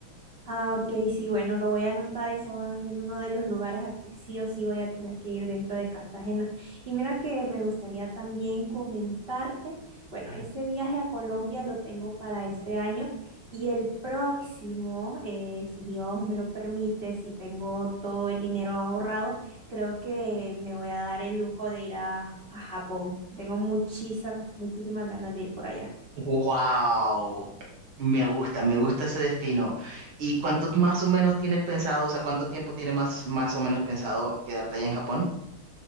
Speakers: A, on the right; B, on the right.
A: Ah, ok, sí, bueno, lo voy a anotar, eso van a ser uno de los lugares a que sí o sí voy a tener que ir dentro de Cartagena. Y mira que me gustaría también comentarte, bueno, ese viaje a Colombia lo tengo para este año y el próximo, eh, si Dios me lo permite, si tengo todo el dinero ahorrado, creo que me voy a dar el lujo de ir a, a Japón. Tengo muchísimas, muchísimas ganas de ir por allá.
B: Wow, me gusta, me gusta ese destino. ¿Y cuánto más o menos tienes pensado, o sea, cuánto tiempo tienes más, más o menos pensado quedarte allá en Japón?